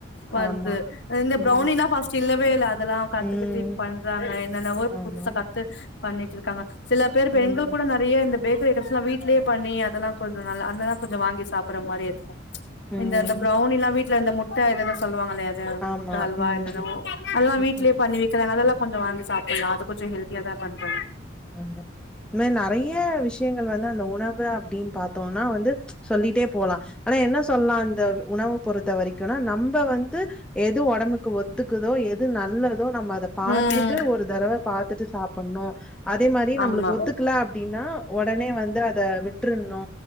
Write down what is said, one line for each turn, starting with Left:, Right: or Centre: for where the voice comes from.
Left: வருது
Centre: ஆமா
Left: இந்த
Centre: ம்
Left: ப்ரவுனி தலா பஸ்ட்டு இல்லவே இல்ல அதெல்லா கத்துக்கிட்டு
Centre: ம்
Left: இப்ப பண்றாங்க என்னன்னவொ
Centre: ஆமா
Left: புதுசா கத் து பண்ணிட்ருக்காங்க சில பேர்
Centre: ம்
Left: பெண்கள் கூட நறைய இந்த பெ கிரி ஐட்டம்ஸ்லா வீட்லயே பண்ணி அதெல்லா கொஞ்ச நல்ல அதெல்லா கொஞ்ச வாங்கி சாப்புற மாரி இருக்கு
Centre: ம்
Left: இந்த அந்த ப்ரவுனில்லா வீட்ல இருந்த முட்ட இதுன்னு சொல்லுவாங்களே ந்த
Centre: ஆமா
Left: முட்ட அல்வா
Centre: ம்
Left: என்னதோ அதல்லா
Centre: ம்
Left: விக் க்கிறாங்க அதெல்லா கொஞ்ச வாங்கி சாப்புல்லா அது கொஞ்ச ஹெல்தியாதா பண்றாங்க
Centre: வந்து இது மாரி நறைய விஷயங்கள் வந்து அந்த உணவு அப்டின்னு பாத்தோன்னா வந்து சொல்லிட்டே போலா ஆனா என்ன சொல்லா அந்த உணவு பொருத் த வரைக்குனா நம்ப வந்து எது ஒடம்புக்கு ஒத் துக்குதோ எது நல்லதோ நம்ம அத பாத்துட்டு
Left: ம்
Centre: ஒரு தடவ பாத்துட்டு சாப்புணு அதே மாரி
Left: ஆமா
Centre: நம்மளுக்கு ஒத்துக்ல அப்டின்னா ஒடனே வந்து அத விட்ரணு